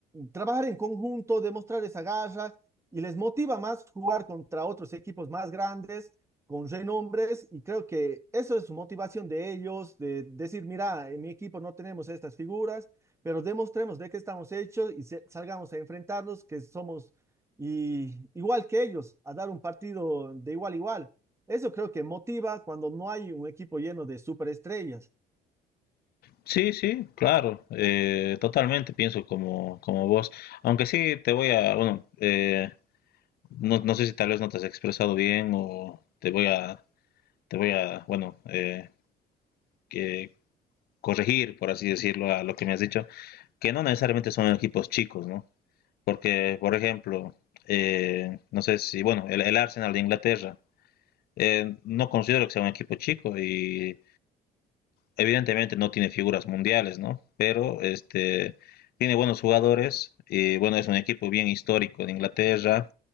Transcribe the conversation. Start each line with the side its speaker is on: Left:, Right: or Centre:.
Right: trabajar en conjunto, demostrar esa garra y les motiva más jugar contra otros equipos más grandes con renombres y creo que eso es su motivación de ellos, de decir, mira, en mi equipo no tenemos estas figuras, pero demostremos de qué estamos hechos y se- salgamos a enfrentarlos, que somos y- igual que ellos, a dar un partido de igual a igual. Eso creo que motiva cuando no hay un equipo lleno de superestrellas.
Left: Sí, sí, claro, eh, totalmente pienso como, como vos, aunque sí te voy a, bueno, eh, no, no sé si tal vez no te has expresado bien o te voy a, te voy a, bueno, eh, que corregir, por así decirlo, a lo que me has dicho, que no necesariamente son equipos chicos, ¿no? Porque, por ejemplo, eh, no sé si, bueno, el, el Arsenal de Inglaterra, eh, no considero que sea un equipo chico y evidentemente no tiene figuras mundiales, ¿no? Pero este tiene buenos jugadores y bueno, es un equipo bien histórico de Inglaterra,